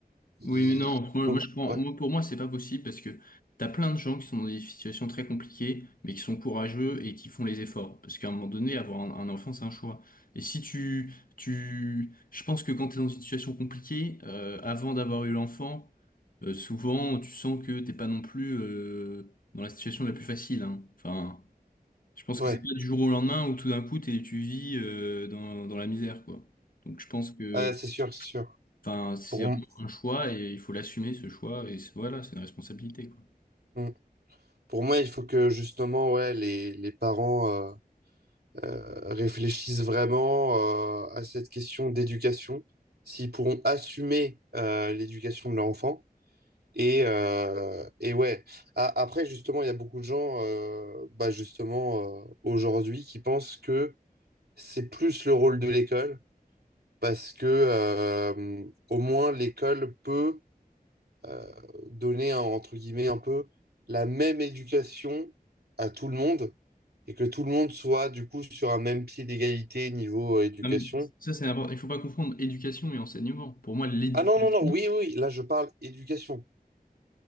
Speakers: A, on the right (about 85°); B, on the left (about 60°).
A: ils-
B: Oui, mais non,
A: ils
B: moi,
A: ont-
B: moi, je prends,
A: ouais,
B: moi, pour moi, c'est pas possible parce que t'as plein de gens qui sont dans des situations très compliquées, mais qui sont courageux et qui font les efforts. Parce qu'à un moment donné, avoir un, un enfant, c'est un choix. Et si tu, tu, je pense que quand t'es dans une situation compliquée, euh, avant d'avoir eu l'enfant, euh, souvent, tu sens que t'es pas non plus, euh, dans la situation la plus facile, hein. Enfin, je pense
A: ouais,
B: que c'est pas du jour au lendemain où tout d'un coup, t'es, tu vis, euh, dans, dans la misère, quoi. Donc, je pense que,
A: Ouais, c'est sûr, c'est sûr.
B: Enfin, c'est
A: Pour, m-
B: vraiment un choix et il faut l'assumer ce choix et c'est- voilà, c'est une responsabilité quoi.
A: mm. pour moi, il faut que justement, ouais, les, les parents euh, euh, réfléchissent vraiment euh, à cette question d'éducation, s'ils pourront assumer euh, l'éducation de leur enfant. Et, euh, et ouais, A- après, justement, il y a beaucoup de gens, euh, bah justement, euh, aujourd'hui, qui pensent que c'est plus le rôle de l'école parce que euh, au moins l'école peut euh, donner un- entre guillemets un peu la même éducation à tout le monde et que tout le monde soit du coup sur un même pied d'égalité niveau euh, éducation.
B: Non, mais ça c'est important. Il faut pas confondre éducation et enseignement. Pour moi, l'éducation,
A: Ah non, non, non, oui, oui, là je parle éducation.